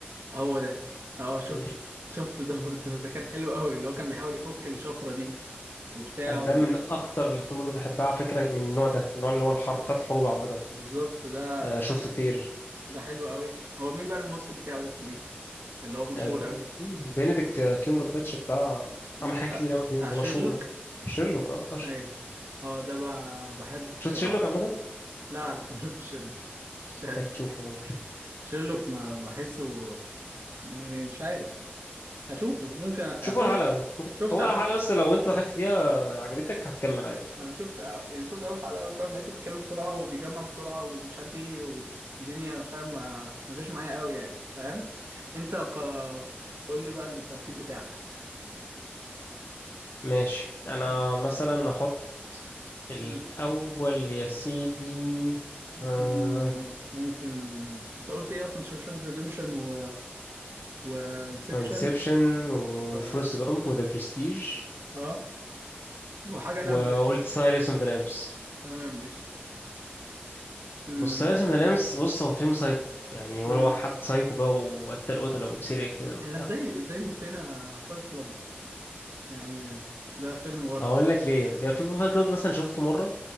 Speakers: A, on the right (about 80°); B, on the left (about 70°).
A: هو ده اه شفت
B: مم.
A: شفت ده برضه ده كان حلو قوي اللي هو كان بيحاول يفك الشفرة دي وبتاع
B: ده
A: وال-
B: من اكتر الافلام برضه بحبها على فكره من النوع ده النوع اللي هو الحرب بتاعت الحروب عامه
A: بالظبط ده
B: آه
A: كان
B: شفته كتير
A: ده حلو قوي هو مين بقى الممثل بتاعه ده اسمه ايه اللي هو مشهور
B: آه ب-
A: قوي
B: بنديكت كيمبر باتش بتاع عمل
A: ده
B: حاجات
A: بتاع
B: كتير قوي
A: بتاع
B: ده
A: شيرلوك
B: مشهور شيرلوك اه بتاع شيرلوك
A: ايوه اه ده ب- بحبه الصراحة
B: شفت شيرلوك عامه
A: لا لا ما شفتش شيرلوك شيرلوك
B: انك تشوفه
A: شيرلوك ما بحسه يعني مش عارف هشوفه ممكن اصلا
B: شوفوا الحلقه
A: شو- شفت
B: هو
A: عامة
B: الحلقه بس لو انت دخلت فيها عجبتك هتكمل عادي
A: ما انا شفت يعني شفت اول حلقه فاهم لقيته بيتكلم بسرعه وبيجمع بسرعه ومش عارف ايه والدنيا فاهم ما ما جاش معايا قوي يعني فاهم انت ق... قول لي بقى الترتيب بتاعك
B: ماشي انا
A: مم.
B: مثلا احط الاول
A: مم.
B: يا سيدي آه...
A: مم. ممكن انت قلت ايه اصلا شوشانك ريديمشن و وانسبشن
B: انسبشن وفورست
A: و...
B: جامب وذا برستيج
A: اه وحاجه لمبه
B: وقلت
A: كده
B: سايلنس اوف ذا لامبس
A: تمام ماشي مم.
B: بص سايلنس اوف ذا لامبس بص هو فيلم سايكو يعني هو
A: مم.
B: حد سايكو بقى وقتل قتلة وسيريال كده وبتاع
A: احنا ازاي ازاي نسينا فايت كلاب يعني ده فيلم برضه
B: هقول لك ليه يعني الفيلم فايت كلاب ده مثلا شفته مرة